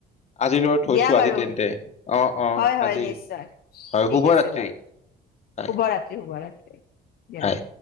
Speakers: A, on the left; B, on the left.
A: আজিলৈ থৈছো
B: দিয়া
A: আজি
B: বাৰু
A: তেন্তে অ অ
B: হয় হয়
A: আজি
B: নিশ্চয়
A: হয়
B: ঠিক
A: শুভ
B: আছে
A: ৰাত্ৰি।
B: বাৰু
A: হয়
B: শুভৰাত্ৰি শুভৰাত্ৰি। দিয়া
A: হয়।